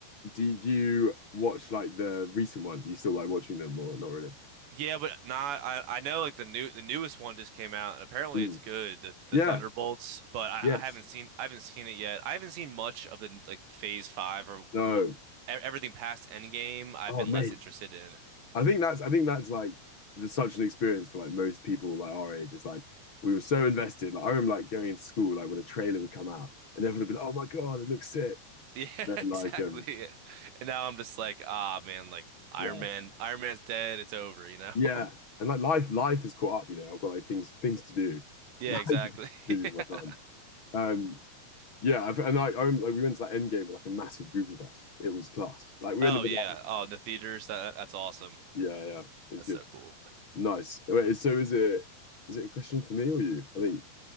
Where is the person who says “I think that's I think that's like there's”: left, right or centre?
Left